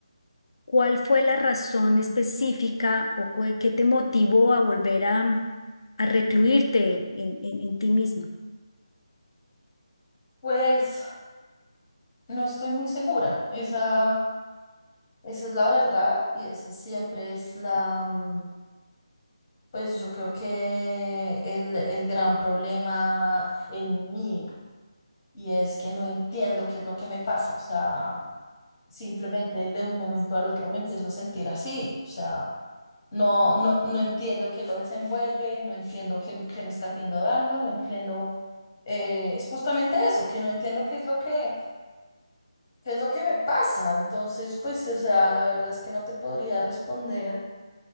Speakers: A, on the left; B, on the left.
A: cuál fue la razón específica o cu- qué te motivó a volver a, a recluirte en, en- en ti misma.
B: Pues no estoy muy segura, esa, esa es la verdad y esa siempre es la... mm, Pues yo creo que el, el gran problema en mí y es que no entiendo qué es lo que me pasa. O sea, simplemente de un momento al otro me empiezo a sentir así. O sea, no, no, no entiendo qué lo desenvuelve, no entiendo qué, qué me está haciendo daño, no entiendo. eh, es justamente eso, que no entiendo qué es lo que, qué es lo que me pasa. Entonces, pues, o sea, la verdad es que no te podría responder.